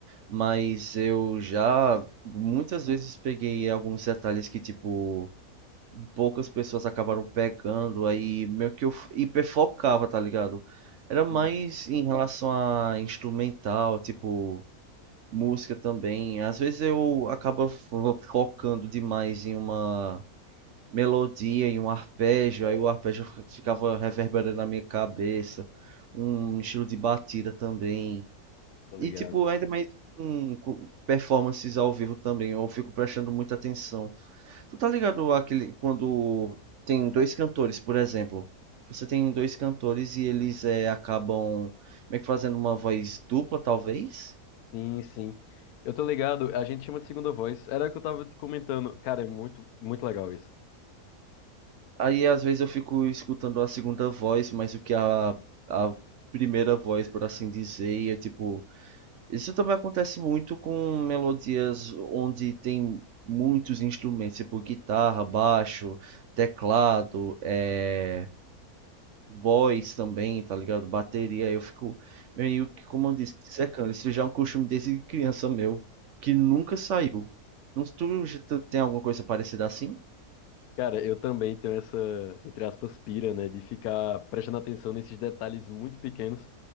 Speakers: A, on the right; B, on the left.
A: Mas eu já muitas vezes peguei alguns detalhes que, tipo, poucas pessoas acabaram pegando, aí meio que eu f- hiperfocava, tá ligado? Era mais
B: Hum,
A: em relação a instrumental, tipo, música também. Às vezes eu acaba fo- focando demais em uma melodia e um arpejo, aí o arpejo ficava reverberando na minha cabeça, um estilo de batida também.
B: Tá ligado.
A: E tipo, ainda mais com com performances ao vivo também, eu fico prestando muita atenção. Tu tá ligado àquele, quando tem dois cantores, por exemplo, você tem dois cantores e eles eh, acabam meio que fazendo uma voz dupla, talvez?
B: Sim, sim. Eu tô ligado, a gente chama de segunda voz. Era o que eu tava te comentando. Cara, é muito, muito legal isso.
A: Aí às vezes eu fico escutando a segunda voz, mas o que a, a primeira voz, por assim dizer, e é tipo. Isso também acontece muito com melodias onde tem muitos instrumentos, tipo guitarra, baixo, teclado, é, voz também, tá ligado? Bateria. Eu fico meio que, como eu disse, secando. Isso já é um costume desde criança meu, que nunca saiu. Não- Tu já tu tem alguma coisa parecida assim?
B: Cara, eu também tenho essa, entre aspas, pira, né, de ficar prestando atenção nesses detalhes muito pequenos,